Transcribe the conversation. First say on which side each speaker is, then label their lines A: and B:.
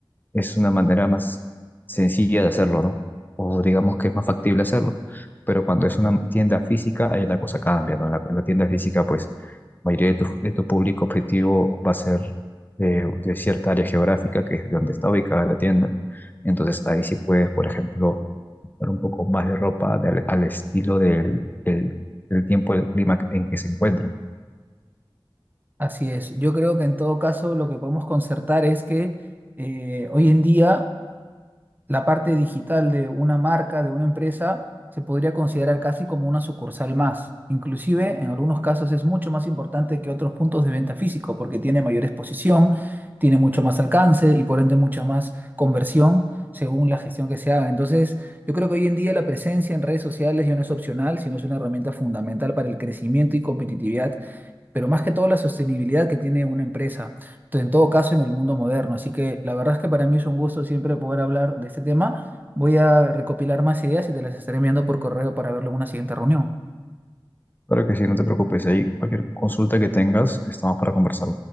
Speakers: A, on the left; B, on the right.
A: es una manera más sencilla de hacerlo, ¿no? O digamos que es más factible hacerlo. Pero cuando es una tienda física, ahí la cosa cambia, ¿no? En la, en la tienda física, pues, la mayoría de tu, de tu público objetivo va a ser de, de cierta área geográfica, que es donde está ubicada la tienda. Entonces, ahí sí puedes, por ejemplo, dar un poco más de ropa del- al estilo del, del, del tiempo, del clima en que se encuentran.
B: Así es. Yo creo que en todo caso lo que podemos concertar es que eh, hoy en día la parte digital de una marca, de una empresa, se podría considerar casi como una sucursal más. Inclusive en algunos casos es mucho más importante que otros puntos de venta físico porque tiene mayor exposición, tiene mucho más alcance y por ende mucha más conversión según la gestión que se haga. Entonces, yo creo que hoy en día la presencia en redes sociales ya no es opcional, sino es una herramienta fundamental para el crecimiento y competitividad pero más que todo la sostenibilidad que tiene una empresa, t- en todo caso en el mundo moderno. Así que la verdad es que para mí es un gusto siempre poder hablar de este tema. Voy a recopilar más ideas y te las estaré enviando por correo para verlo en una siguiente reunión.
A: Claro que sí, no te preocupes, ahí cualquier consulta que tengas, estamos para conversar.